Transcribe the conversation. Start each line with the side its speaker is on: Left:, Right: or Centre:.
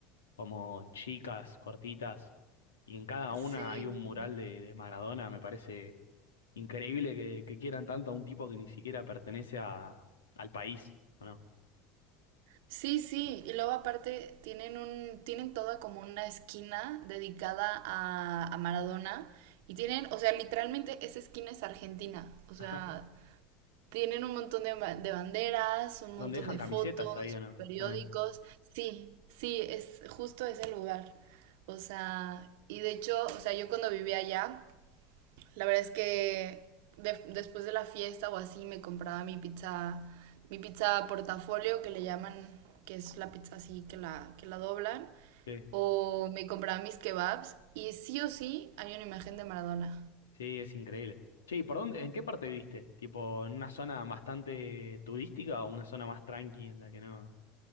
Left: como chicas, cortitas, y en cada una
Right: Sí.
Left: hay un mural de, de Maradona. Me parece increíble que, que quieran tanto a un tipo que ni siquiera pertenece a, al país, ¿o no?
Right: Sí, sí, y luego aparte tienen un, tienen toda como una esquina dedicada a, a Maradona y tienen, o sea, literalmente esa esquina es Argentina, o sea,
Left: <laughs>
Right: tienen un montón de, ba- de banderas, un
Left: Donde
Right: montón
Left: dejan
Right: de
Left: camisetas
Right: fotos,
Left: ahí, ¿o no?
Right: periódicos,
Left: También.
Right: sí, sí, es justo ese lugar, o sea, y de hecho, o sea, yo cuando vivía allá la verdad es que de- después de la fiesta o así me compraba mi pizza, mi pizza portafolio que le llaman, que es la pizza así que la, que la doblan,
Left: Sí,
Right: o me compraba mis kebabs y sí o sí hay una imagen de Maradona.
Left: sí, es increíble. Che, ¿y por dónde, en qué parte viste? ¿Tipo en una zona bastante turística o una zona más tranqui en la que no,